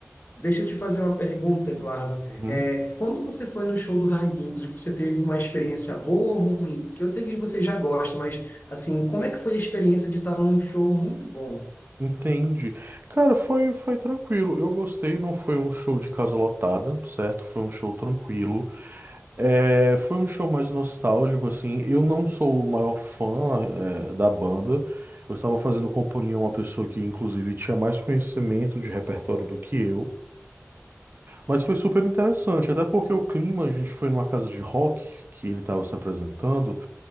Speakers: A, on the left (about 40°); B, on the right (about 40°).
A: deixa eu te fazer uma pergunta, Eduardo.
B: Uhum,
A: É, quando você foi no show do Raimundos, você teve uma experiência boa ou ruim? Porque eu sei que você já gosta, mas, assim, como é que foi a experiência de estar num show muito bom?
B: Entendi. Cara, foi, foi tranquilo. Eu gostei, não foi um show de casa lotada, certo? Foi um show tranquilo. É, foi um show mais nostálgico, assim. Eu não sou o maior fã, é, da banda. Eu estava fazendo companhia a uma pessoa que, inclusive, tinha mais conhecimento de repertório do que eu. Mas foi super interessante, até porque o clima, a gente foi numa casa de rock que ele estava se apresentando.